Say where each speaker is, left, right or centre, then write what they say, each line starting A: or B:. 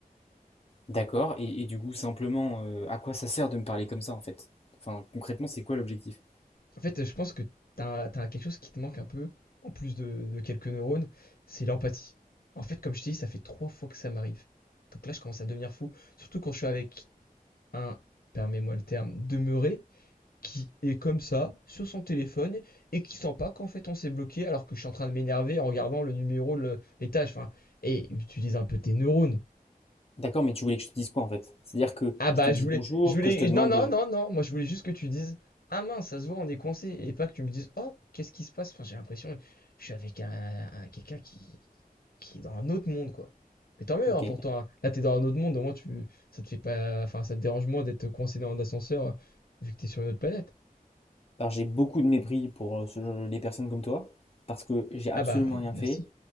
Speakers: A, on the left (about 40°); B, on the left (about 75°).
A: D'accord. Et, et du coup, simplement, euh, à quoi ça sert de me parler comme ça, en fait? Enfin, concrètement, c'est quoi l'objectif?
B: En fait, euh, je pense que t'as, t'as quelque chose qui te manque un peu, en plus de, de quelques neurones, c'est l'empathie. En fait, comme je t'ai dit, ça fait trois fois que ça m'arrive. Donc là, je commence à devenir fou. Surtout quand je suis avec un, permets-moi le terme, demeuré, qui est comme ça, sur son téléphone, et qui sent pas qu'en fait on s'est bloqué alors que je suis en train de m'énerver en regardant le numéro, le, les tâches, enfin, et utilise un peu tes neurones.
A: D'accord, mais tu voulais que je te dise quoi en fait? C'est-à-dire que
B: Ah bah
A: je te
B: je
A: dise
B: voulais,
A: bonjour,
B: je voulais,
A: que je te demande.
B: non non non non, moi je voulais juste que tu dises, ah mince, ça se voit, on est coincé, et pas que tu me dises, oh, qu'est-ce qui se passe? Enfin, j'ai l'impression, je suis avec un, un- quelqu'un qui, qui est dans un autre monde quoi. Mais tant mieux,
A: Ok,
B: hein, pourtant, hein. Là t'es dans un autre monde, au moins tu, ça te fait pas, enfin ça te dérange moins d'être coincé dans un ascenseur euh, vu que t'es sur une autre planète.
A: Alors j'ai beaucoup de mépris pour euh, ce- les personnes comme toi, parce que j'ai absolument
B: Ah bah
A: rien
B: merci.
A: fait.